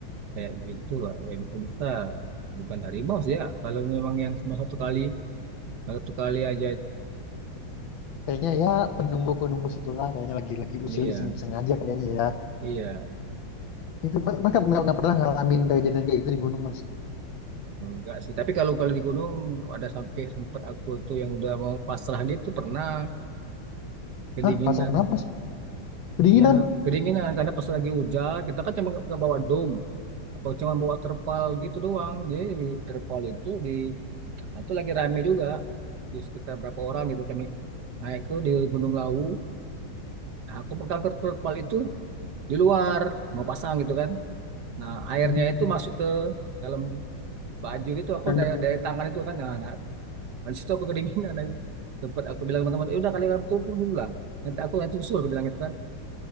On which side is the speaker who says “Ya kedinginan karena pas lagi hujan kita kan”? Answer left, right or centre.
Right